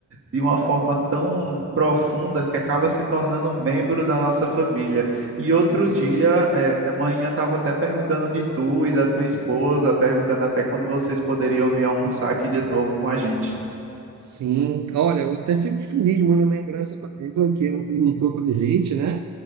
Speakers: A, on the right; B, on the right.
A: de uma forma tão profunda que acaba se tornando membro da nossa família. E outro dia, é, a manhã estava até perguntando de tu e da tua esposa, perguntando até quando vocês poderiam vir almoçar aqui de novo com a gente.
B: Sim, olha, eu até fico feliz, mano, a lembrança pra mim do que não perguntou pra gente, né?